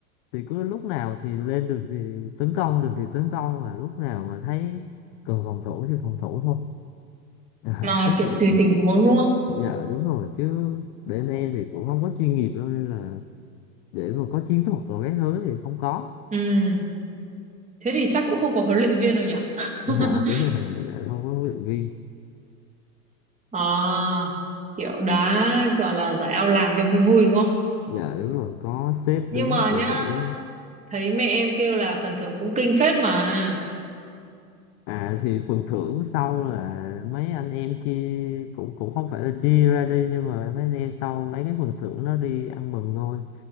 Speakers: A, on the left; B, on the right.
A: thì cứ lúc nào thì lên được thì tấn công được thì tấn công và lúc nào mà thấy cần phòng thủ thì phòng thủ thôi Ờ,
B: mà
A: cứ
B: kiểu
A: chạy
B: tùy
A: dạ,
B: tình huống đúng không
A: dạ đúng rồi chứ bên em thì cũng không có chuyên nghiệp đâu nên là để mà có chiến thuật rồi cái thứ thì không có
B: ừ thế thì chắc cũng không có huấn luyện viên đâu nhỉ
A: <laughs>
B: <laughs>
A: dạ đúng Ừ. rồi dạ, không có huấn luyện viên
B: À, kiểu đá gọi là giải ao làng cho vui vui đúng không?
A: dạ đúng rồi có sếp
B: Nhưng
A: đứng
B: mà
A: cổ
B: nhá,
A: vũ
B: thấy mẹ em kêu là phần thưởng cũng kinh phết mà.
A: à thì phần thưởng sau là mấy anh em chia cũng cũng không phải là chia ra đi nhưng mà mấy anh em sau lấy cái phần thưởng đó đi ăn mừng thôi